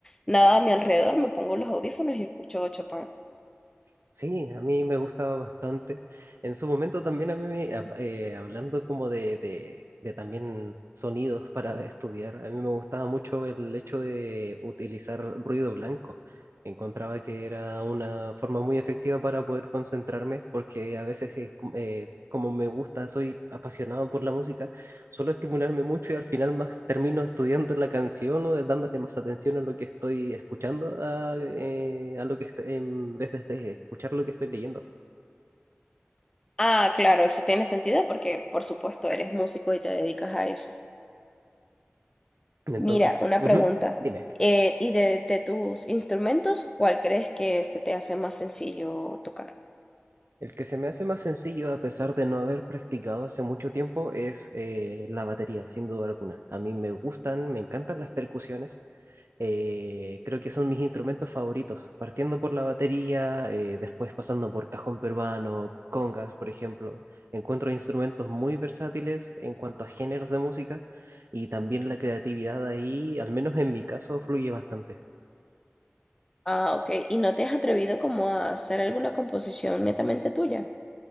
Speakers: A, on the left; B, on the right.
A: nada a mi alrededor, me pongo los audífonos y escucho Chopin.
B: Sí, a mí me gusta bastante. En su momento también a mí, me- hab- eh, hablando como de, de, de también sonidos para <laughs> estudiar, a mí me gustaba mucho el hecho de utilizar ruido blanco. Encontraba que era una forma muy efectiva para poder concentrarme, porque a veces, eh, com- eh, como me gusta, soy apasionado por la música, suelo estimularme mucho y al final más termino estudiando la canción o de- dándole más atención a lo que estoy escuchando a, eh, a lo que est- en vez de de escuchar lo que estoy leyendo.
A: Ah, claro, eso tiene sentido porque por supuesto eres músico y te dedicas a eso.
B: Entonces,
A: Mira, una
B: ujú,
A: pregunta.
B: dime,
A: Eh, ¿y de, de tus instrumentos, cuál crees que se te hace más sencillo tocar?
B: el que se me hace más sencillo a pesar de no haber practicado hace mucho tiempo es eh, la batería, sin duda alguna. A mí me gustan, me encantan las percusiones. Eh, creo que son mis instrumentos favoritos, partiendo por la batería, eh, después pasando por cajón peruano, congas, por ejemplo. Encuentro instrumentos muy versátiles en cuanto a géneros de música y también la creatividad ahí, al menos en mi caso, fluye bastante.
A: Ah, ok. ¿Y no te has atrevido como a hacer alguna composición netamente tuya?